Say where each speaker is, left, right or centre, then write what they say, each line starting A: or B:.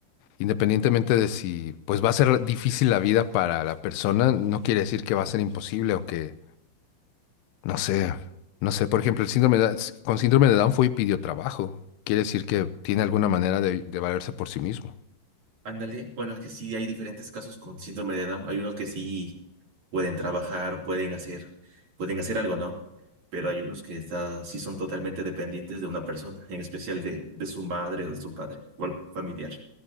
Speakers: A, on the left; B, on the right.
A: Independientemente de si pues va a ser difícil la vida para la persona, no quiere decir que va a ser imposible o que, no sé, no sé, por ejemplo, el síndrome de, con síndrome de Down fue y pidió trabajo. Quiere decir que tiene alguna manera de, de valerse por sí mismo.
B: Ándale, bueno, es que sí hay diferentes casos con síndrome de Down. Hay unos que sí pueden trabajar, pueden hacer, pueden hacer algo, ¿no? Pero hay unos que está, sí son totalmente dependientes de una persona, en especial de, de su madre o de su padre o algún familiar.